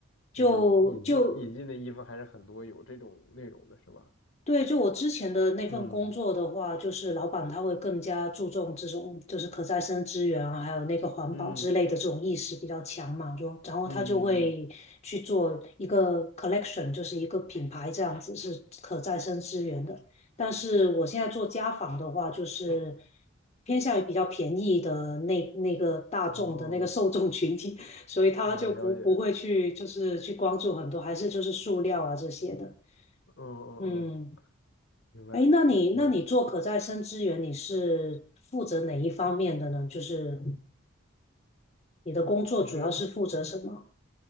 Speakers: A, on the left; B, on the left.
A: 就是引进引进的衣服还是很多有这种内容的是吧？
B: 就就对，就我之前的那份工作的话，
A: 嗯
B: 就是老板他会更加注重这种就是可再生资源啊，还有那个环保之类的这种意识比较强嘛，
A: 嗯
B: 就然后他就会去做一个
A: 嗯嗯
B: collection，就是一个品牌这样子是可再生资源的。但是我现在做家纺的话，就是偏向于比较便宜的那那个大众的那个受众群体，
A: 嗯，哦，
B: 所以他就不不会去就是去关注很多，
A: 啊，了解，
B: 还是就是塑料啊这些的，
A: 嗯嗯嗯，
B: 嗯。
A: 明白，
B: 哎，那你那你做可再生资源，
A: 了解，
B: 你是负责哪一方面的呢？就是你的工作主要是负责什么？
A: 就是